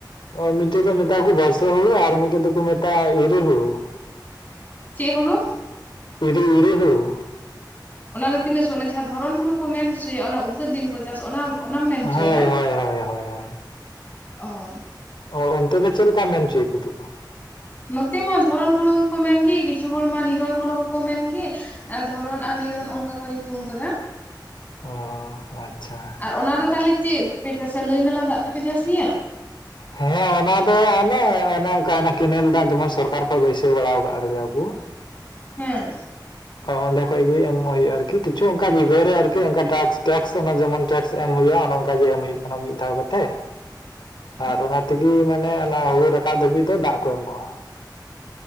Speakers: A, on the left; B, on the left.
A: ᱚ ᱢᱤᱫᱴᱮᱡ ᱫᱚ ᱢᱮᱛᱟᱜ ᱟᱠᱚ ᱵᱚᱨᱥᱚ ᱦᱩᱲᱩ ᱟᱨ ᱢᱤᱫᱴᱮᱡ ᱫᱚᱠᱚ ᱢᱮᱛᱟᱜᱼᱟ ᱮᱨᱤ ᱦᱩᱲᱩ ᱾
B: ᱪᱮᱜ ᱦᱩᱲᱩ?
A: ᱮᱨᱮ ᱮᱨᱮ ᱦᱩᱲᱳ
B: ᱚᱱᱟ ᱫᱚ ᱛᱤᱱᱟᱹᱜ ᱥᱚᱢ ᱡᱟᱦᱟᱸ ᱫᱷᱚᱨᱚᱱ ᱦᱩᱲᱩ ᱠᱚ ᱢᱮᱱ ᱦᱚᱪᱚᱭᱮᱜ ᱚᱱᱟ ᱩᱫᱽᱜᱟᱹᱨ ᱫᱤᱱ ᱠᱚ ᱪᱟᱥ ᱚᱱᱟ ᱚᱱᱟᱢ ᱢᱮᱱ
A: ᱦᱳᱭ
B: ᱦᱚᱪᱚᱭᱮᱫᱟ?
A: ᱦᱳᱭ ᱦᱳᱭ ᱦᱳᱭ᱾
B: ᱚ
A: ᱚ ᱚᱱᱛᱮ ᱫᱚ ᱪᱮᱜᱞᱮᱠᱟ ᱢᱮᱱᱪᱚᱭ ᱠᱚᱛᱮᱠᱚ
B: ᱱᱚᱛᱮ ᱢᱟ ᱫᱷᱚᱨᱚᱱ ᱦᱩᱲᱩ ᱜᱮᱠᱚ ᱢᱮᱱᱜᱮ ᱠᱤᱪᱷᱩ ᱦᱚᱲᱢᱟ ᱱᱤᱨᱚᱱ ᱦᱩᱲᱩ ᱦᱚᱸᱠᱚ ᱢᱮᱱᱜᱮ ᱟᱨ ᱫᱷᱚᱨᱚᱱ ᱟᱨ ᱱᱤᱨᱚᱱ ᱚᱱᱠᱟ ᱠᱚ ᱧᱩᱛᱩᱢ ᱟᱠᱟᱫᱟ᱾
A: ᱚ ᱟᱪᱪᱷᱟ
B: ᱟᱨ ᱚᱱᱟ ᱫᱚ ᱛᱟᱦᱚᱞᱮ ᱪᱮᱫ ᱛᱮᱯᱮ ᱪᱟᱥᱟ ᱱᱟᱹᱭ ᱱᱟᱸᱞᱟ ᱫᱟᱜ ᱛᱮᱯᱮ ᱪᱟᱥ ᱜᱮᱭᱟ
A: ᱦᱮᱸ ᱚᱱᱟ ᱫᱚ ᱚᱱᱮ ᱚᱱᱮ ᱚᱱᱠᱟ ᱠᱮᱱᱮᱞ ᱫᱟᱜ ᱡᱮᱢᱚᱱ ᱥᱚᱨᱠᱟᱨ ᱠᱷᱚᱡ ᱵᱟᱹᱭᱥᱟᱹᱣ ᱵᱟᱲᱟ ᱟᱠᱟᱜᱮᱭᱟ ᱠᱚ
B: ᱦᱮᱸ
A: ᱚᱸᱚᱱᱰᱮ ᱠᱷᱚᱡ ᱜᱮ ᱮᱢᱚᱜ ᱦᱩᱭᱩᱜᱼᱟ ᱟᱨᱠᱤ ᱠᱤᱪᱷᱩ ᱚᱱᱠᱟ ᱵᱤᱜᱷᱟᱹ ᱨᱮ ᱟᱨᱠᱤ ᱚᱱᱠᱟ ᱴᱮᱠᱥ ᱚᱱᱟ ᱡᱮᱢᱚᱱ ᱴᱮᱠᱥ ᱮᱢ ᱦᱩᱭᱩᱜᱼᱟ ᱚᱱᱮ ᱚᱱᱠᱟᱟᱜ ᱜᱮ ᱮᱢ ᱦᱩᱭᱩᱜ ᱠᱟᱱᱟ ᱢᱤᱫ ᱫᱷᱟᱣ ᱠᱟᱛᱮ
B: <unintelligible>
A: ᱟᱨ ᱚᱱᱟ ᱛᱤᱜᱤ ᱢᱟᱱᱮ ᱚᱱᱟ ᱦᱩᱲᱩ ᱨᱟᱠᱟᱵ ᱫᱷᱟᱹᱵᱤᱡ ᱫᱚ ᱫᱟᱜ ᱠᱚ ᱮᱢᱚᱜᱼᱟ